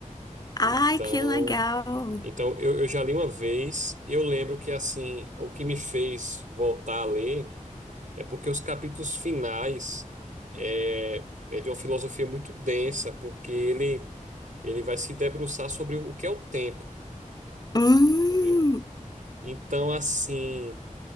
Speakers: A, on the left; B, on the right.
A: Ai,
B: Então,
A: que legal!
B: então eu, eu já li uma vez, eu lembro que assim, o que me fez voltar a ler é porque os capítulos finais é, é de uma filosofia muito densa, porque ele ele vai se debruçar sobre o que é o tempo,
A: Hum.
B: entendeu? Então, assim,